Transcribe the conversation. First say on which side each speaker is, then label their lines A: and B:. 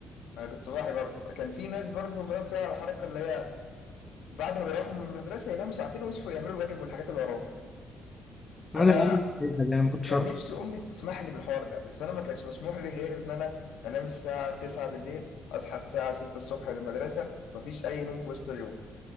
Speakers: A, on the left; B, on the left.
A: انا كنت صباحي برضو كان في ناس برضو بقى فيها الحركه اللي هي بعد ما بيروحوا من المدرسه يناموا ساعتين ويصحوا يعملوا الواجب والحاجات اللي وراهم
B: هذا
A: انا
B: يا عم انا ما كنتش
A: كان
B: عارف
A: نفسي امي تسمح لي بالحوار ده بس انا ما كانش مسموح لي غير ان انا انام الساعه 9 بالليل اصحى الساعه 6 الصبح للمدرسه مفيش اي نوم في وسط اليوم